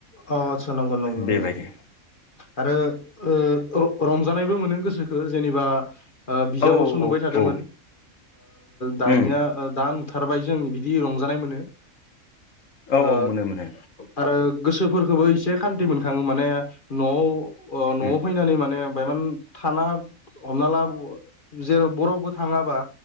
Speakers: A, on the left; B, on the left.
A: अ आतसा नंगौ नंगौ।
B: बेबायदि
A: आरो ओ रंजानायबो मोनो गोसोखो जेनेबा ओ बिजाबावसो
B: औ औ
A: नुबाय थादोंमोन
B: औ
A: दानिया
B: उम
A: दा नुथारबाय जों बिदि रंजानाय मोनो।
B: औ
A: ओ
B: औ मोनो मोनो
A: आरो गोसोफोरखौबो एसे खान्थि मोनखांङो माने न'आव ओ न'आव
B: उम
A: फैनानै माने बायमान थाना हमना ला जेराव बर'बो थांङाबा